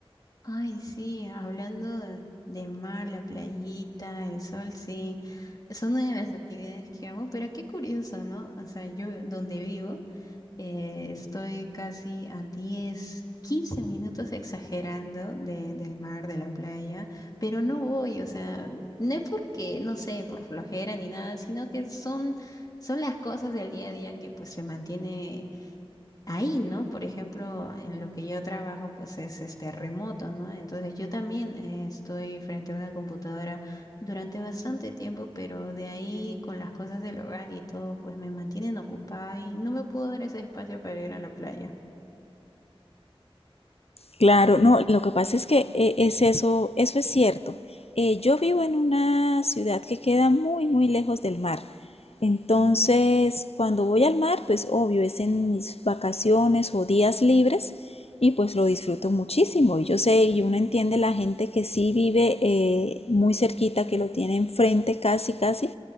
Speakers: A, on the left; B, on the left.
A: Ay, sí, hablando de, de mar, la playita, el sol, sí, son una de las actividades que amo, pero qué curioso, ¿no? O sea, yo donde vivo eh, estoy casi a 10, 15 minutos exagerando de, del mar, de la playa, pero no voy, o sea, no es porque, no sé, por flojera ni nada, sino que son, son las cosas del día a día que pues se mantiene ahí, ¿no? Por ejemplo, en lo que yo trabajo, pues es este remoto, ¿no? Entonces yo también eh, estoy frente a una computadora durante bastante tiempo, pero de ahí con las cosas del hogar y todo, pues me mantienen ocupada y no me puedo dar ese espacio para ir a la playa.
B: Claro, no, lo que pasa es que eh, es eso, eso es cierto. Eh, yo vivo en una ciudad que queda muy, muy lejos del mar. Entonces, cuando voy al mar, pues obvio, es en mis vacaciones o días libres y pues lo disfruto muchísimo. Y yo sé, y uno entiende la gente que sí vive eh, muy cerquita, que lo tiene enfrente casi, casi,